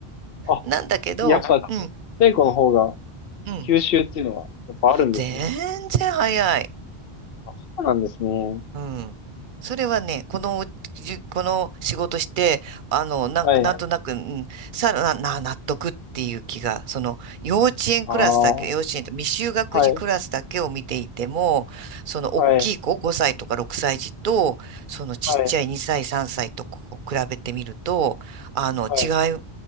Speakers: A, on the left (about 70°); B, on the right (about 55°).
A: あ、
B: なんだけど、
A: やっぱ、
B: うん、
A: 太古の方が、
B: うん。
A: 吸収っていうのは、やっぱあるんですね。
B: 全然早い。
A: あ、そうなんですね。
B: うん。それはね、この、じこの仕事して、あの、なんか、
A: はい。
B: なんとなく、うん、さらな、納得っていう気が、その、幼稚園クラスだけ、
A: ああ、は
B: 幼稚園と未就学児クラスだけを見ていても、
A: い、
B: その、
A: はい、
B: 大きい子、5歳とか6歳児と、その、ちっちゃい2歳、
A: はい、
B: 3歳とこう比べてみると、あの、
A: はい、
B: 違いっ